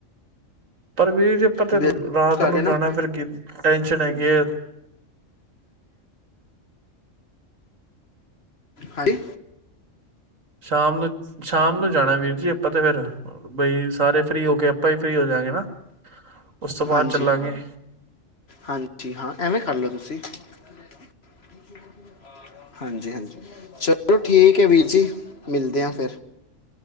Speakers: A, on the right; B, on the left.
A: ਪਰ ਵੀਰ ਜੇ ਆਪਾਂ
B: ਬਿਲ-
A: ਰਾਤ
B: ਕਰਕੇ
A: ਨੂੰ
B: ਨਾ
A: ਜਾਣਾ, ਫਿਰ ਕੀ ਟੈਨਸ਼ਨ ਹੈਗੀ ਆ।
B: ਹਾਂਜੀ
A: ਸ਼ਾਮ ਨੂੰ ਸ਼ਾਮ ਨੂੰ ਜਾਣਾ ਵੀਰ ਜੀ ਆਪਾਂ ਤੇ ਫੇਰ, ਬਈ ਸਾਰੇ ਫ੍ਰੀ ਹੋ ਕੇ ਆਪਾਂ ਹੀ ਫ੍ਰੀ ਹੋ ਜਾਗੇ ਨਾ। ਉਸ ਤੋਂ ਬਾਅਦ
B: ਹਾਂਜੀ
A: ਚੱਲਾਂਗੇ
B: ਹਾਂਜੀ ਹਾਂ, ਐਵੇਂ ਕਰ ਲਓ ਤੁਸੀਂ <unintelligible> ਹਾਂਜੀ ਹਾਂਜੀ, ਚਲੋ ਠੀਕ ਹੈ ਵੀਰ ਜੀ ਮਿਲਦੇ ਆ ਫਿਰ